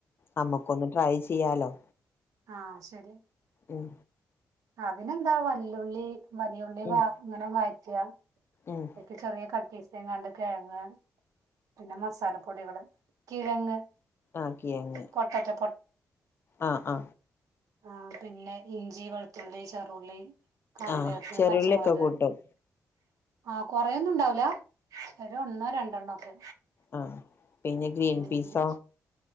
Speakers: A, on the left; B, on the right.
A: നമ്മുക്കൊന്ന് ട്രൈ ചെയ്യാലോ
B: ആഹ ശരി
A: ഉം
B: അതിനെന്താ വല്ലിയുള്ളി വലിയുള്ളി
A: ഉം
B: വ അങ്ങനെ വയറ്റാ
A: ഉം
B: എ ചെറിയ കട്ടീസങ്ങാണ്ട് കിഴങ്ങ് പിന്നെ മസാല പൊടികള് കിഴങ്ങ്
A: ആ കിഴങ്
B: പൊട്ടറ്റോ
A: ആഹ ആഹ
B: ആഹ പിന്നെ ഇഞ്ചി വെളുത്തുള്ളി ചെറുളി കറിവേപ്പ്
A: ആഹ് ചെറിയുള്ളിയൊക്കെ
B: പച്ചമുളക്
A: കൂട്ടും
B: ആഹ കൊറെയൊന്നും ഉണ്ടാവൂല ഒരു ഒന്നൊ രണ്ടെണ്ണ ഒക്കെ
A: ആ പിന്നെ ഗ്രീൻപിസൊ
B: പിന്നെ